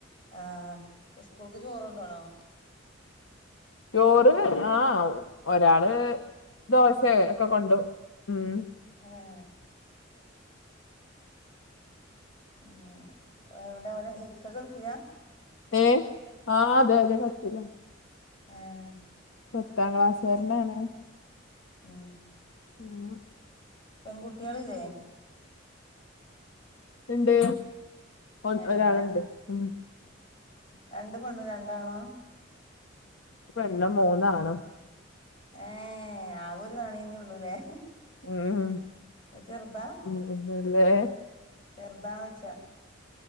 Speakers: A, on the left; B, on the left.
A: ആഹ് ഉസ്കൂൾക്ക് ചോറൊണ്ടോണോ?
B: ചോറ് ആ ഒരാള് ദോശേ ഒക്കെ കൊണ്ടോവും ഉം
A: എ ഏഹ്. മ് എവ്ടെ ഓലെ ഇക്ക ഗെൾഫിലാ?
B: ഏഹേ? ആഹ അതെ അതെ പത്തിലാ
A: ഏഹേ
B: പത്താം ക്ലാസാര്ന്നാണ്.
A: മ്ഹ്
B: ഉംഹ്
A: പെങ്കുട്ടിയേളില്ലേ?
B: ഇണ്ട് ഒ
A: ഏഹേ
B: ഒരാളുണ്ട്
A: ആഹാ
B: ഉം
A: രണ്ട് പെണ്ണും രണ്ട് ആണോ?
B: ഒരു പെണ്ണും മൂന്നാണും
A: ഏഹേ ആകൊരു തണിന്നൊള്ളുലേ?
B: ഉംഹ്
A: അഹ് ചെറ്താ?
B: ഒന്നൂല്ലേ?
A: ചെറുതാണോയിച്ചാ?